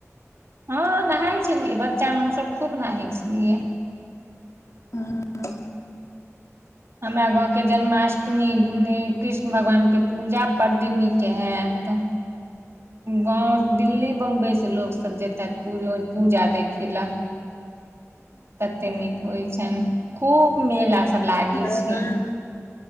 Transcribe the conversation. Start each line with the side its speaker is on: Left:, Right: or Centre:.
Right: हँ नहाइ छलियै बच्चामे हमसभ खूब नहाइत छलियै
Left: ह <inaudible>
Right: हमरा गाँवके जन्माष्टमी कृष्ण भगवानके पूजा बड्ड नीक हेत हेयत गाँव दिल्ली बम्बइसँ लोकसभ जेतेथ पूजा देखै लए ततेक नीक होइ छनि खूब मेला सभ लागै
Left: ओइमे
Right: छीिय